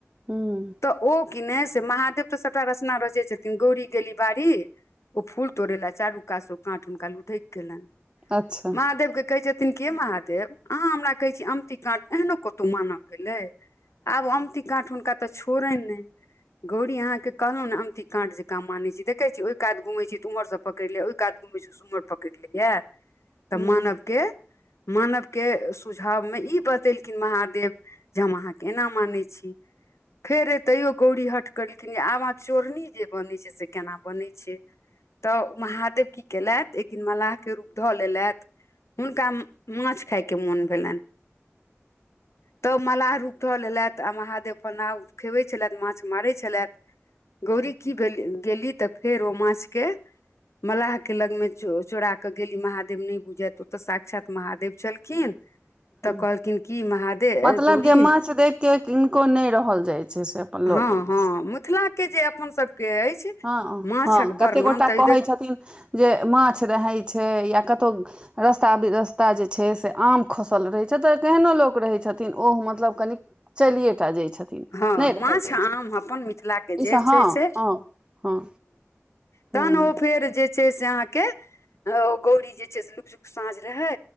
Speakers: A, on the right (about 20°); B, on the left (about 70°).
A: हँ
B: तऽ ओ कि नहि से महादेव तऽ सभटा रचना रचै छथिन गौरी गी बारी ओ फूल तोड़े ला चारू कात ओ काँठ हुनका लुठक गेलन
A: अच्छा
B: महादेव के कहै छथिन कि महादेव अहाँ हमरा कहै छी अमती काणड एहनो कतहु मानय गेलै आब अमती काँट हुनका तऽ छोड़नि ने गौरी अहाँके कहलहु ने अमती काँट जे काम मान छ छी देख छियै ओहि कात घुम छ छी तऽ उमहर पकड़ ले ओहि कात घुमै छै उमर पकड़ ले यए तऽ
A: हूँ
B: मानव के मानव के सुझाव मे ई बतेलखिन महादेव जे हम अहाँ के एना मानै छी फेर ए तैयो गौरी हट करलखिन आबा चोरनी जे बनै छै से केना बनै छै तऽ महादेव की केलथि एक दिन मल्लाह के रूप धऽ लेलथि हुनका माछ खायके मोन भेलन
A: <inaudible>
B: तब मलाह रूप धऽ लेलथि आ महादेव प नाव खेबै छलथि माछ मारैत छलथि गौरी की भेल गेली तऽ फेर ओ माछके मल्लाह के लंग मे चोरा के गेली महादेव नहि बुझायत ओते साक्षात महादेव छलखिन
A: <inaudible>
B: तऽ
A: ह
B: कहलखिन की महादेव
A: मतलब
B: गौरी
A: जे माछ देख कऽ किनको नहि रहल जाइत छै से
B: हँ
A: लऽ लेली
B: हँ
A: से
B: मिथिला जे अपनसभके अछि
A: हँ
B: माछक
A: हँ
B: वर्णन
A: कते गोटा
B: तऽ
A: कहै
B: ई देख
A: छथिन जे माछ रहै छै या कतहु रस्ता बिरस्ता जे छै से आम खसल रहैत छै तऽ तेहनो लोक रहै छथिन ओ मतलब कनि चलिये टा जाइ छथिन नहि
B: हँ माछ
A: रहल जाइ
B: आम अपन मिथिलाके जे
A: ई सब
B: छै
A: हँ
B: से
A: हँ हँ हूँ
B: तहन ओ फेर जे छै से अहाँके ह ओ गौरी जे छै से लुक जुक साँझ रहै